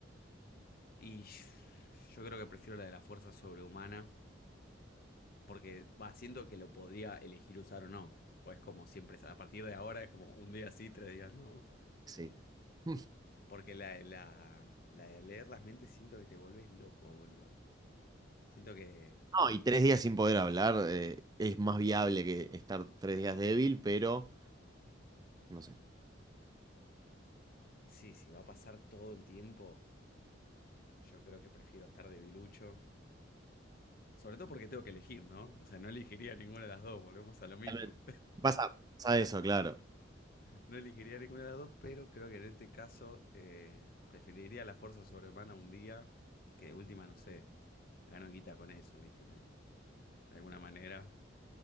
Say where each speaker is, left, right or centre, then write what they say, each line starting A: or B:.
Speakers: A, on the left; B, on the right.
A: Y yo creo que prefiero la de la fuerza sobrehumana, porque va, siento que lo podría elegir usar o no. O es como siempre, a partir de ahora es como un día sí, tres días no.
B: Sí. <laughs>
A: Porque la, de la, la de leer las mentes siento que te volvés loco, boludo. Siento que
B: No, y tres días sin poder hablar eh, es más viable que estar tres días débil, pero no sé.
A: sí, si va a pasar todo el tiempo, yo creo que prefiero estar debilucho. Sobre todo porque tengo que elegir, ¿no? O sea, no elegiría ninguna de las dos, volvemos a lo mismo.
B: Totalmente. Pasa, pasa eso, claro.
A: No elegiría ninguna de las dos, pero creo que en este caso eh, preferiría la fuerza sobrehumana un día, que de última, no sé, gano guita con eso, ¿viste? Me- de alguna manera.